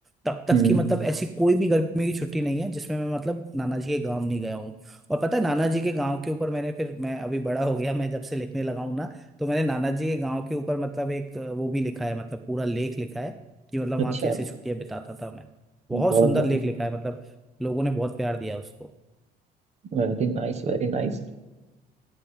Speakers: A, in the centre; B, on the right (about 40°).
A: तब तक
B: हम्म।
A: की मतलब ऐसी कोई भी गर्मी की छुट्टी नहीं है जिसमें मैं मतलब नाना जी के गांव नहीं गया हूँ और पता है नाना जी के गांव के ऊपर मैंने फिर मैं अभी बड़ा हो गया मैं जब से लिखने लगा हूँ ना तो मैंने नाना जी के गांव के ऊपर मतलब एक अ, वो भी लिखा है मतलब पूरा लेख लिखा है कि मतलब
B: अच्छा
A: वहाँ कैसे छुट्टियाँ बिताता था मैं बहुत
B: बहुत
A: सुंदर
B: बढ़िया
A: लेख लिखा है मतलब लोगों ने बहुत प्यार दिया उसको
B: Very nice very nice